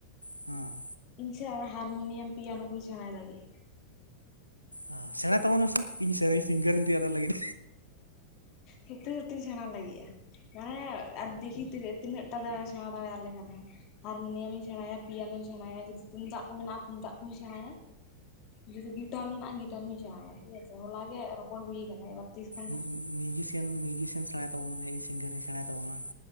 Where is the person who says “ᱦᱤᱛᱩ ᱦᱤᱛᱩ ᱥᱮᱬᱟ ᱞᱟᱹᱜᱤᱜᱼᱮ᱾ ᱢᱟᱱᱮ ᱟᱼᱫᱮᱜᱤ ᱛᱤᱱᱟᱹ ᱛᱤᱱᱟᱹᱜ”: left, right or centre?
Left